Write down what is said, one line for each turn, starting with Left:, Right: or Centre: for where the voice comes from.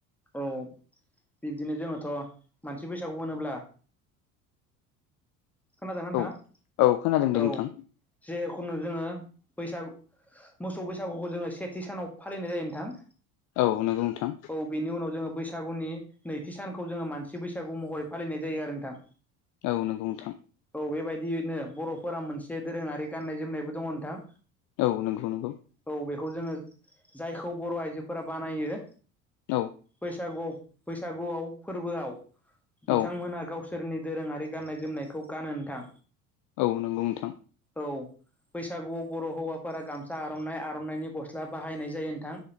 Centre: औ बिब्दिनो जोङोथ' मानसि फैसागु होनोब्ला। खोनादोंना नोंथाङा?
Left: औ औ खोनादों दे
Centre: औ
Left: नोंथां
Centre: जेहेखुनु जोंङो बैसागु। मोसौ बैसागुखौ जोङो सेथि सानाव फालिनाय जायो नोंथां।
Left: औ नोंगौ नोंथां।
Centre: औ बेनि उनाव जोङो बैसागुनि नैथि सानखौ जोङो मानसि बैसागु महरै फालिनाय जायो आरो नोंथां।
Left: औ नोंगौ नोंथां।
Centre: औ एबायदियैनो बर'फोरा मोनसे दोरोङारि गाननाय जोमनायबो दङ नोंथां।
Left: औ नंगौ नंगौ।
Centre: औ बेखौ जोङो जायखौ बर' आइजोफोरा बानायो
Left: औ
Centre: बैसागु। बैसागुआव फोरबोआव बिथांमोनहा
Left: औ
Centre: गावस सोरनि दोरोङारि गाननाय जोमनायखौ गानो नोंथां।
Left: औ नंगौ नोंथां
Centre: औ बैसागुआव बर' हौवाब--। फोरा गामसा आर'ननाय आर'ननायनि गस्ला बाहायनाय जायो नोंथां